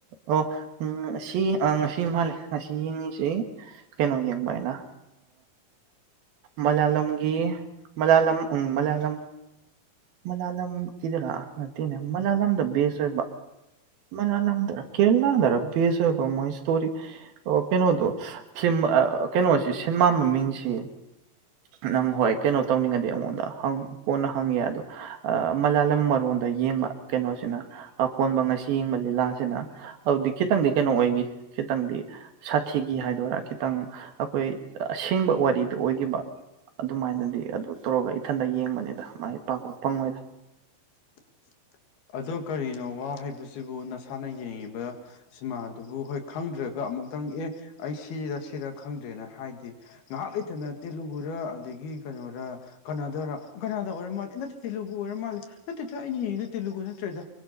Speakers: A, on the right (about 70°); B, on the left (about 75°).
A: ꯑꯣ ꯎ ꯁꯤ ꯉꯁꯤ ꯃꯥꯜꯂꯦ ꯉꯁꯤ ꯌꯦꯡꯉꯤꯁꯤ ꯀꯩꯅꯣ ꯌꯦꯡꯕ ꯍꯥꯏꯅ ꯃꯂꯥꯂꯝꯒꯤ ꯃꯂꯥꯂꯝ ꯎ ꯃꯂꯥꯂꯝ ꯃꯂꯥꯂꯝꯒꯤꯗꯔꯥ ꯅꯠꯇꯦꯅꯦ ꯃꯂꯥꯂꯝꯗ ꯕꯦꯁ ꯑꯣꯏꯕ ꯃꯅ ꯊꯔ ꯀꯦꯔꯂꯔꯁ ꯃꯣꯏ ꯏꯁꯇꯣꯔꯤ ꯑꯣ ꯀꯩꯅꯣ ꯇ ꯐꯤꯂꯝ ꯀꯩꯅꯣꯁꯤ ꯁꯤꯅꯦꯃꯥ ꯃꯃꯤꯡꯁꯤ ꯅꯪ ꯍꯣꯏ ꯀꯩꯅꯣ ꯇꯧꯅꯤꯡꯉꯗꯤ ꯑꯩꯉꯣꯟꯗꯪ ꯀꯣꯟꯅ ꯍꯪꯉꯤ ꯑꯗꯣ ꯃꯂꯥꯂꯝ ꯃꯔꯣꯟ ꯑꯗ ꯌꯦꯡꯕ ꯀꯩꯅꯣꯁꯤꯅ ꯑꯀꯣꯟꯕ ꯉꯁꯤ ꯌꯦꯡꯕ ꯂꯤꯂꯥꯁꯤꯅ ꯑꯗꯨꯗꯤ ꯈꯤꯇꯪꯗꯤ ꯀꯩꯅꯣ ꯑꯣꯏꯈꯤ ꯈꯤꯇꯪꯗꯤ ꯁꯥꯊꯤꯒꯤ ꯍꯥꯏꯗꯣꯏꯔꯥꯒ ꯈꯤꯇꯪ ꯑꯩꯈꯣꯏ ꯑꯁꯦꯡꯕ ꯋꯥꯔꯤꯗꯨ ꯑꯣꯏꯈꯤꯕ ꯑꯗꯨꯃꯥꯏꯅꯗꯤ ꯑꯗꯨ ꯇꯧꯔꯒ ꯏꯊꯟꯗ ꯌꯦꯡꯕꯅꯤꯗ ꯃꯥꯏ ꯄꯥꯛ ꯄꯥꯛ ꯐꯪꯉꯣꯏꯗ
B: <unintelligible> ꯑꯗꯣ ꯀꯔꯤꯅꯣ ꯋꯥ ꯍꯥꯏꯕꯁꯤꯕꯨ ꯅꯁꯥꯅ ꯌꯦꯡꯉꯤꯕ ꯁꯤꯃꯥꯗꯨꯕꯨ ꯍꯣꯏ ꯈꯪꯗ꯭ꯔꯒ ꯑꯃꯨꯛ ꯑꯃꯥꯛꯇꯪ ꯑꯦ ꯑꯩ ꯁꯤꯔ ꯁꯤꯔ ꯈꯪꯗ꯭ꯔꯦꯅ ꯍꯥꯏꯗꯤꯦ ꯉꯥꯏꯍꯥꯛ ꯂꯩꯇꯅ ꯇꯦꯂꯨꯒꯗ ꯑꯗꯒꯤ ꯀꯩꯅꯔꯥ ꯀꯅꯥꯗꯔꯥ ꯀꯅꯥꯗꯥ ꯑꯣꯏꯔ ꯃꯥꯜꯂꯦ ꯅꯠꯇꯦ ꯇꯦꯂꯨꯒꯨ ꯑꯣꯏꯔ ꯃꯥꯜꯂꯦ ꯅꯠꯇꯗ ꯑꯩꯅ ꯇꯦꯂꯨꯒꯨ ꯅꯠꯇ꯭ꯔꯦꯗ